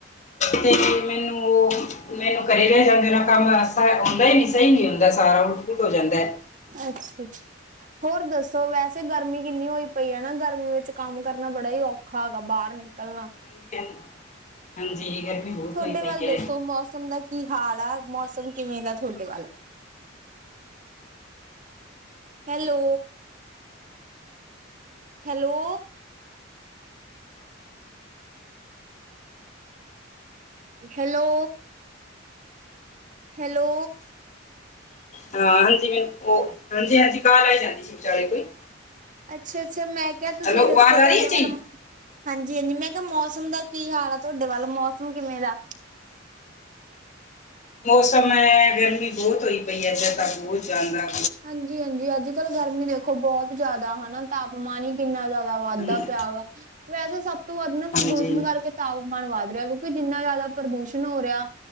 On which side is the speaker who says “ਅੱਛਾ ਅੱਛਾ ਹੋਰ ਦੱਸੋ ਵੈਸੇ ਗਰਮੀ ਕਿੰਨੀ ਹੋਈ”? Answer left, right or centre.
Right